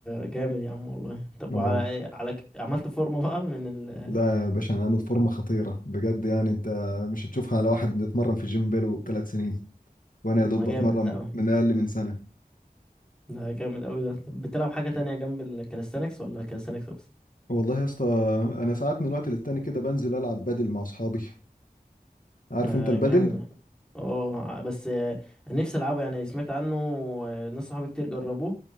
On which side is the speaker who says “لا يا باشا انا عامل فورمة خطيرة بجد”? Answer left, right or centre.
Left